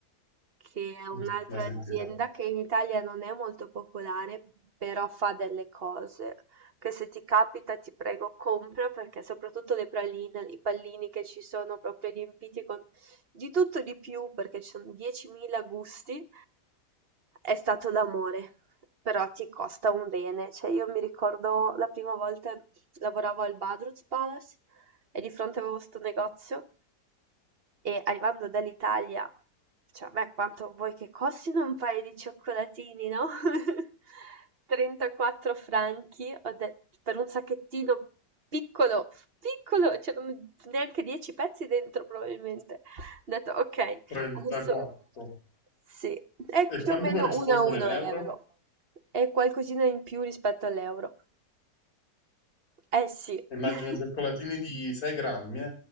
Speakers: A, on the right; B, on the left.
A: che è un'altra
B: Mm, L'hai
A: azienda
B: sentito?
A: che in Italia non è molto popolare, però fa delle cose che se ti capita ti prego compra perché soprattutto le praline, i pallini che ci sono proprio riempiti con di tutto e di più, perché ci sono 10.000 gusti, è stato l'amore, però ti costa un bene. Cioè, io mi ricordo la prima volta lavoravo al Badruz Palace e di fronte avevo sto negozio e arrivando dall'Italia, cioè, beh, quanto vuoi che costino un paio di cioccolatini, no? <laughs> 34 franchi, ho detto, per un sacchettino piccolo, piccolo, c'erano neanche 10 pezzi dentro probabilmente. Ho detto ok,
B: 34.
A: adesso sì, è
B: E
A: più
B: quanto
A: o meno
B: corrispondono
A: 1 a 1
B: in
A: euro,
B: euro?
A: è qualcosina in più rispetto all'euro. Eh sì,
B: Immagino
A: <laughs>
B: cioccolatini di 6 grammi, eh?